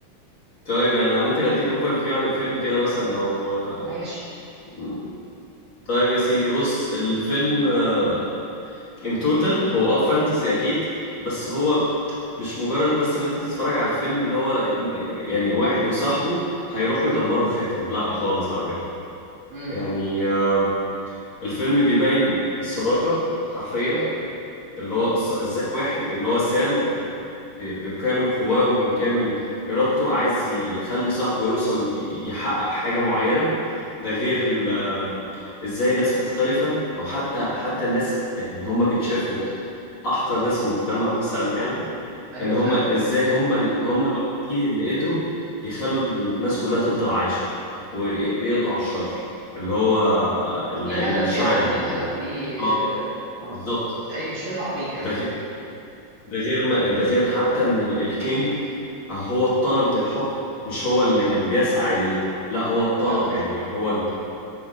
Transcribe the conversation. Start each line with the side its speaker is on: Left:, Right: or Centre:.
Left: طيب يعني انا ممكن اديك اوفر فيو عن الفيلم كده مثلا لو آه،
Right: ماشي
Left: مم. طيب يا سيدي بص الفيلم آه، ان توتال هو اه فانتزي اكيد بس هو مش مجرد بس ان انت تتفرج على الفيلم اللي هو اتن- يعني واحد وصاحبه هيروحوا يدمروا خاتم لا خالص على فكرة
Right: امم
Left: يعني آه، الفيلم بيبين الصداقة حرفيا
Right: ايوه
Left: اللي
Right: امم
Left: هو الص- ازاي واحد اللي هو سام ب- بكامل قواه وبكامل إرادته عايز يخلي صاحبه يوصل ي- يحقق حاجة معينة ده غير ال- ازاي ناس مختلفة او حتى حتى الناس يعني اللي هم بيتشافوا احقر ناس في المجتمع مثلا يعني
Right: ايوه
Left: ان هم
Right: فاهم
Left: ازاي هم ال- هم الوحيدين اللي قدروا يخلوا الناس كلها تفضل عايشه وي- ويقضوا على الشر اللي هو ال-
Right: ليه هدف
Left: الشاير
Right: يعني
Left: ال-
Right: ليه هدف ليه
Left: اه
Right: اه آه،
Left: بالظبط
Right: مش اي مش فيلم عبيط يعني
Left: ده غير ده غير ما ده غير حتى ان ال- الكينج هو الطلب للحكم مش هو اللي كان بيسعى اليه لا هو
Right: ايوه
Left: الطلب
Right: فاهم قصدي
Left: يعني هو